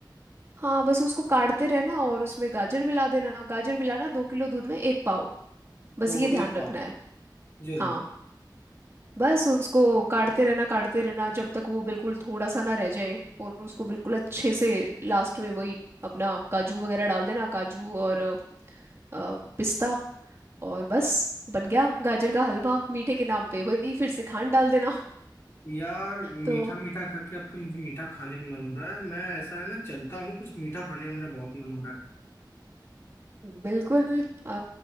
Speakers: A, on the right; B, on the left.
A: हाँ बस उसको काटते रहना और उसमें गाजर मिला देना गाजर मिलाना दो किलो दूध में एक पाव बस
B: ओ
A: ये ध्यान
B: एक
A: रखना
B: पाव
A: है
B: जरूर
A: हाँ बस उसको काटते रहना काटते रहना जब तक वो बिल्कुल थोड़ा सा ना रह जाए और उसको बिल्कुल अच्छे से लास्ट में वही अपना काजू वगैरह डाल देना काजू और अ, पिस्ता और बस बन गया गाजर का हलवा मीठे के नाम पे वही फिर से खांड डाल देना
B: यार मीठा
A: तो
B: मीठा करके अब तो मुझे मीठा खाने का मन हो रहा है मैं ऐसा है ना चलता हूँ कुछ मीठा खाने का मेरा बहुत मन हो रहा
A: बिल्कुल आ,